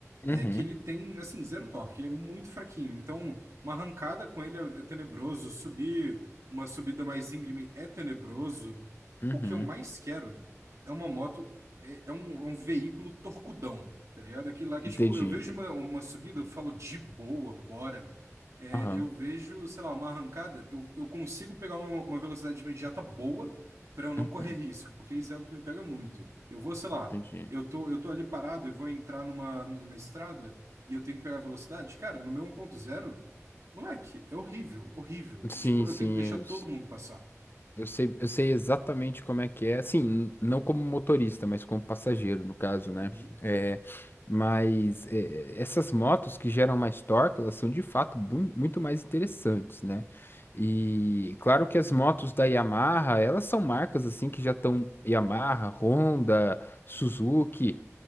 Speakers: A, on the left (about 40°); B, on the right (about 65°).
A: Uhum,
B: é que ele tem, assim, zero torque, ele é muito fraquinho. Então, uma arrancada com ele é, é tenebroso, subir uma subida mais íngreme é tenebroso.
A: uhum.
B: O que eu mais quero é uma moto, é, é um, é um veículo torcudão, tá ligado? Aquele lá que,
A: Entendi.
B: tipo, eu vejo
A: entendi.
B: uma, uma subida, eu falo de boa, bora. É,
A: Aham.
B: eu vejo, sei lá, uma arrancada, eu, eu consigo pegar uma, uma velocidade imediata boa para eu não
A: Uhum,
B: correr risco, porque isso é o que me pega muito. Eu vou, sei lá.
A: entendi.
B: Eu tô, eu tô ali parado e vou entrar numa, numa estrada e eu tenho que pegar velocidade. Cara, no meu 1.0, moleque, é horrível, horrível.
A: Sim,
B: Eu, tipo, eu
A: sim.
B: tenho que deixar todo mundo passar.
A: Eu sei, eu sei exatamente como é que é, assim, n- não como motorista, mas como passageiro, no caso, né?
B: Uhum,
A: É, mas é, essas motos que geram mais torque, elas são de fato bui- muito mais interessantes, né? E claro que as motos da Yamaha, elas são marcas assim que já estão Yamaha, Honda, Suzuki,